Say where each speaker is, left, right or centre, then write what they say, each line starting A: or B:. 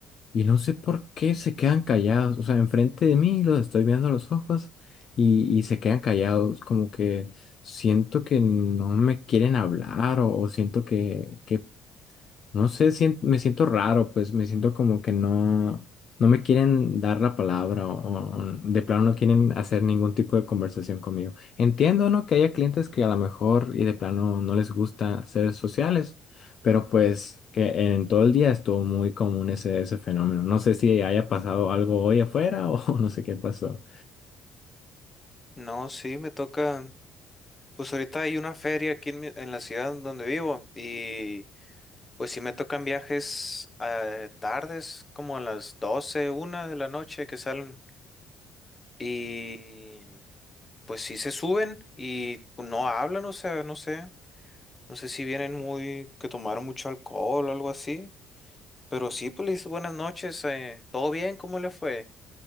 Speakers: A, on the left; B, on the left.
A: Y no sé por qué se quedan callados. O sea, enfrente de mí los estoy viendo a los ojos y, y se quedan callados. Como que siento que no me quieren hablar o, o siento que, que no sé, sien- me siento raro, pues me siento como que no, no me quieren dar la palabra o, o de plano no quieren hacer ningún tipo de conversación conmigo. Entiendo, ¿no? Que haya clientes que a lo mejor y de plano no les gusta ser sociales, pero pues que en todo el día estuvo muy común ese, ese fenómeno. No sé si haya pasado algo hoy afuera <laughs> o no sé qué pasó.
B: No, sí, me toca, pues ahorita hay una feria aquí en, mi- en la ciudad donde vivo, y pues sí me tocan viajes eh, tardes, como a las 12 una de la noche que salen, y pues sí se suben y no hablan, o sea, no sé. No sé si vienen muy, que tomaron mucho alcohol o algo así. Pero sí, pues le dices buenas noches, eh, ¿todo bien? ¿Cómo le fue?